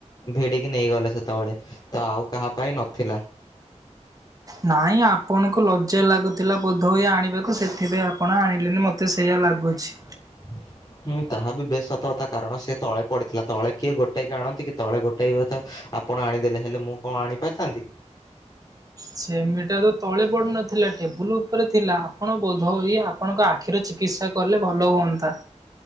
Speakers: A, on the left; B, on the right.
A: ଭି ଡିକି ନେଇଗଲେ ସେତେବେଳେ, ତ ଆଉ କାହା ପାଇଁ ନଥିଲା।
B: ନାଇଁ ଆପଣଙ୍କୁ ଲଜ୍ଜ୍ୟା ଲାଗୁଥିଲା ବୋଧହୁଏ ଆଣିବାକୁ ସେଥିପାଇଁ ଆପଣ ଆଣିଲେନି ମତେ ସେଇଆ ଲାଗୁଛି।
A: <inaudible> ହୁଁ ତାହା ବି ବେଶ ସତକଥା। ବକାରଣ ସିଏ ତଳେ ପଡିଥିଲା ତଳେ କିଏ ଗୋଟେଇକି ଆଣନ୍ତି କି, ତଳେ ଗୋଟେଇବ ତ ଆପଣ ଆଣିଦେଲେ ହେଲେ ମୁଁ କଣ ଆଣିପାରିଥାନ୍ତି?
B: ସେମିଟା ତ ତଳେ ପଡୁନଥିଲା ଟେବୁଲ ଉପରେ ଥିଲା, ଆପଣ ବୋଧ ଇଏ ଆପଣଙ୍କ ଆଖିର ଚି ଚିକିତ୍ସା କଲେ ଭଲ ହୁଅନ୍ତା।